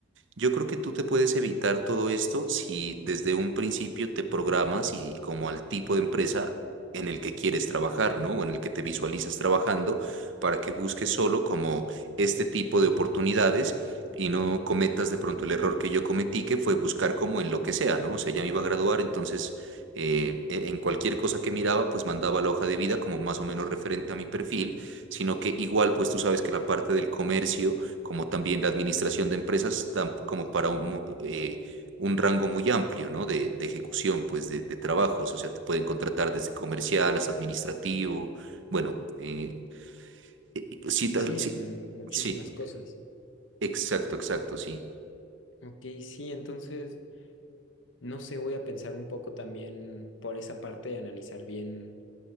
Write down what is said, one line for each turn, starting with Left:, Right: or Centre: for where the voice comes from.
Right: Yo creo que tú te puedes evitar todo esto si desde un principio te programas y como al tipo de empresa en el que quieres trabajar, ¿no? O en el que te visualizas trabajando, para que busques solo como este tipo de oportunidades y no cometas de pronto el error que yo cometí, que fue buscar como en lo que sea, ¿no? O sea, ya me iba a graduar, entonces eh, e- en cualquier cosa que miraba, pues mandaba la hoja de vida como más o menos referente a mi perfil, sino que igual, pues tú sabes que la parte del comercio como también la administración de empresas, tam- como para un, mu- eh, un rango muy amplio, ¿no? De, de ejecución, pues, de, de trabajos. O sea, te pueden contratar desde comercial hasta administrativo. Bueno, eh, eh, sí, tal-
Left: Sí,
Right: sí,
Left: en muchísimas
Right: sí,
Left: cosas.
Right: exacto, exacto, sí.
Left: Ok, sí, entonces... No sé, voy a pensar un poco también por esa parte de analizar bien,